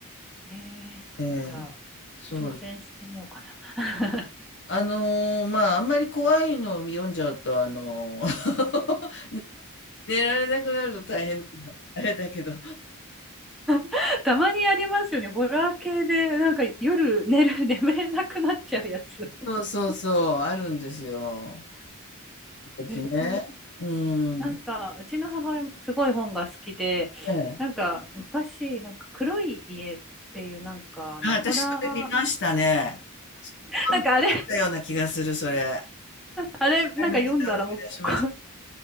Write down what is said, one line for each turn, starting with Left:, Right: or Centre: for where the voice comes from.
Centre: えー、そっか、
Left: ええ、
Centre: じゃあ、
Left: そうです。
Centre: 挑戦してみようかな。
Left: あの、まあ、あんまり怖いのを読んじゃうと、あの、<laughs> 寝られなくなると大変、あれだけど。
Centre: <laughs> たまにありますよね。ホラー系で、なんか夜寝る、<laughs> 眠れなくなっちゃうやつ。
Left: <laughs> そうそうそう、あるんですよ。時々ね。
Centre: えでも
Left: うん。
Centre: なんか、うちの母親もすごい本が好きで、
Left: ええ。
Centre: なんか昔、なんか黒い家っていう、なんかあの、
Left: あ、私それ見ましたね。
Centre: ホラー、
Left: 読ん見たような気がする、
Centre: なんかあれ
Left: それ。
Centre: あれ、なんか読んだらもう、
Left: アニメーター思い出しました。
Centre: こ <laughs>